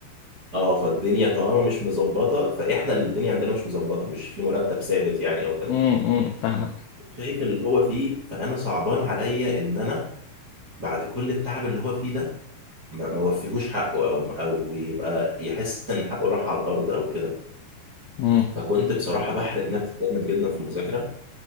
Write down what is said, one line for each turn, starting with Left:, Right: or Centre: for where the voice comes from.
Right: اه فالدنيا طالما مش مظبطه فاحنا اللي الدنيا عندنا مش مظبطه مش في مرتب ثابت يعني او كده
Left: امم امم فاهمك
Right: شايف اللي هو فيه فانا صعبان عليا ان انا بعد كل التعب اللي هو فيه ده ما ما وفيهوش حقه او او يبقى يحس ان حقه راح على الارض او كده
Left: امم
Right: فكنت بصراحه بحرت نفسي جامد جدا في المذاكره